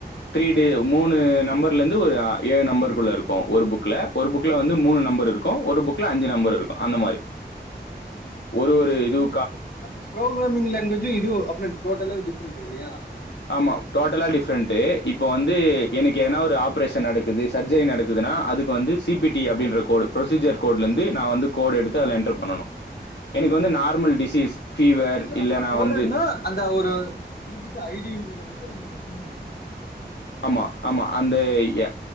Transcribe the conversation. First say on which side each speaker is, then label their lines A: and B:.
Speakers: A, on the left (about 75°); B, on the left (about 60°).
A: த்ரீ டே மூணு நம்பர் உள்ளந்து ஒரு ஆ ஏழு நம்பருக்குள்ள இருக்கு ஒரு புக்ல ஒரு புக்ல வந்து மூணு நம்பர் இருக்கு ஒரு புக்ல அஞ்சு நம்பர் இருக்கு அந்த மாரி ஒரு ஒரு இதுவு
B: இப்ப என்னப்ப ஃப்ரோகிரமிங் லாங்வேஜு இது அப்புன டோட்டலாவெ டிப்ரண்ட்டு இல்லயா
A: ஆமா டோட்டலா டிஃப்ரெண்ட் டு இப்ப வந்து எனக்கு எதனா ஒரு ஆப்ரேஷன் நடக்குது சர்ஜரி நடக்குதுனா அதுக்கு வந்து சி பி டி அப்டின்ற கோடு ப்ரொஸிஜர் கோட்லந்து நா வந்து கோட் எடுத்து அதுல என்டர் பண்ணனு எனக்கு வந்து normal
B: okay.
A: Disease fever
B: this அப்டின்னா
A: இல்ல நா‌
B: கோடட்னா
A: வந்து
B: அந்த ஒரு குறிப்பிட்ட ஐ டி ன்றத மட்டு நம்ம மென்ஷன் பண்றோ
A: ஆமா ஆமா அந்த ய